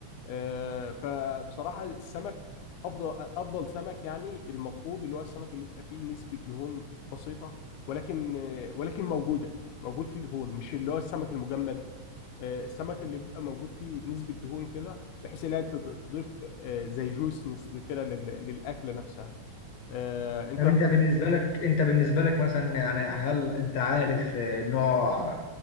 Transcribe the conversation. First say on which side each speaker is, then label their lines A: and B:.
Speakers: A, on the left; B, on the left.
A: آه، فبصراحة السمك أفضل أفضل سمك يعني المفروض اللي هو السمك اللي بيبقى فيه نسبة دهون بسيطة ولكن آه، ولكن موجودة موجود فيه دهون مش اللي هو السمك المجمد آه، السمك اللي بيبقى موجود فيه نسبة دهون كده بحيث إنها تض- تضيف آه، زي جوسنس كده لل- للأكلة نفسها آه، أنت
B: طب انت بالنسبة لك انت بالنسبة لك مثلا يعني هل انت عارف آه، نوع